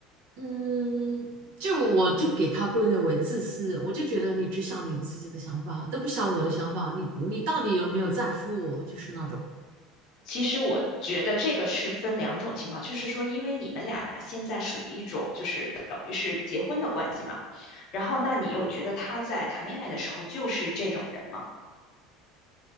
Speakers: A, on the right; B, on the left.
A: 嗯，就是我就给他归类为自私，我就觉得你只想你自己的想法，都不想我的想法，你你到底有没有在乎我？就是那种。
B: 其实我觉得这个是分两种情况，就是说，因为你们俩现在属于一种就是等于是结婚的关系嘛，然后那你有觉得他在谈恋爱的时候就是这种人吗？